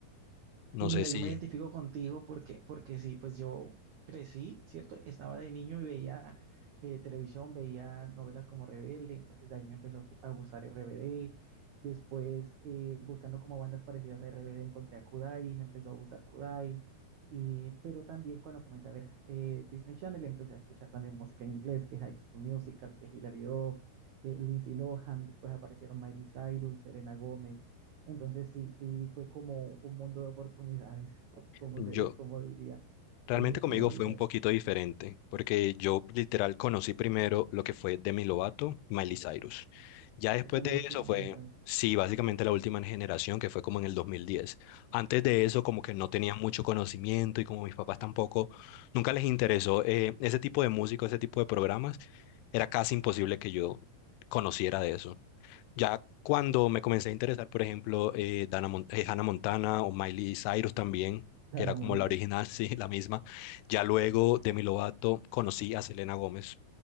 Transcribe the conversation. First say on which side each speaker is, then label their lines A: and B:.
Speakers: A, on the right; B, on the left.
A: Sí,
B: No
A: mira,
B: sé
A: yo
B: si...
A: me identifico contigo porque, porque sí, pues yo crecí, ¿cierto? Estaba de niño y veía eh, televisión, veía novelas como Rebelde, entonces de ahí me empezó a gu- a gustar RBD. Después, eh, buscando como bandas parecidas a RBD, encontré a Kudai, me empezó a gustar Kudai. Y, pero también cuando comencé a ver eh, Disney Channel, empecé a escuchar también música en inglés, que High School Musical, que Hilary Duff, eh, Lindsay Lohan, después aparecieron Miley Cyrus, Serena Gómez. Entonces sí, sí fue como un mundo de oportunidades, co- como
B: Yo,
A: se, di- como diría,
B: Realmente
A: que se pudo
B: conmigo
A: abrir
B: fue un
A: allí.
B: poquito diferente, porque yo literal conocí primero lo que fue Demi Lovato y Miley Cyrus. Ya después
A: O sea,
B: de
A: la última
B: eso fue,
A: generación
B: sí, básicamente la última generación, que fue como en el 2010. Antes de eso como que no tenía mucho conocimiento y como mis papás tampoco, nunca les interesó eh, ese tipo de música, ese tipo de programas, era casi imposible que yo conociera de eso. Ya cuando me comencé a interesar, por ejemplo, eh, Dana Mon- eh, Hannah Montana o Miley Cyrus también,
A: de
B: que
A: Ana
B: era como
A: Montana.
B: la original, <laughs> sí, la misma. Ya luego de mi Lovato conocí a Selena Gómez.